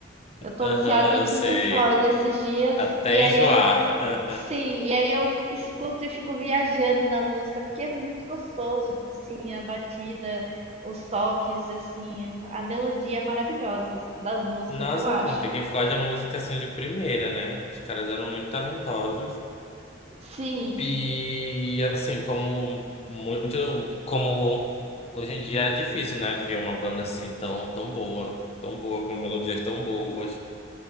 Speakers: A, on the right; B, on the left.
A: Eu tô
B: aham,
A: viciada em
B: eu
A: Pink
B: sei.
A: Floyd esses dias
B: Até
A: e aí
B: enjoar.
A: eu,
B: <laughs>
A: sim, e aí eu escuto e fico viajando na música porque é muito gostoso, sim, a batida, os toques, assim, é mu- a melodia é maravilhosa das músicas,
B: Nossa,
A: eu acho.
B: não, Pink Floyd é música assim de primeira, né? Os caras eram muito talentosos.
A: Sim.
B: E assim, como muito, como hoje em dia é difícil, né, ver uma banda assim tão, tão boa, tão boa, com melodias tão boas,